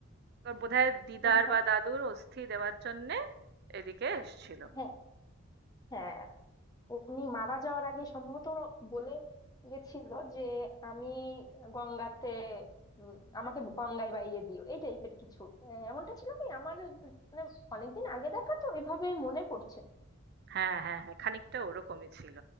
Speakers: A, on the right (about 50°); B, on the left (about 15°).
A: ওর বোধহয় দিদার
B: হ্যাঁ হ্যাঁ
A: বা দাদুর অস্থি দেওয়ার জন্যে এদিকে এসেছিল
B: হ্যাঁ হ্যাঁ। উনি মারা যাওয়ার আগে সম্ভবত উনি বলে গেছিল যে আমি গঙ্গাতে উম, আমাকে গঙ্গায় বাইয়ে দিও এই টাইপের কিছু আহ, এমনটা ছিল কি আমার মানে অনেকদিন আগে দেখা তো এভাবে মনে পড়ছে
A: হ্যাঁ হ্যাঁ হ্যাঁ খানিকটা ওরকমই ছিল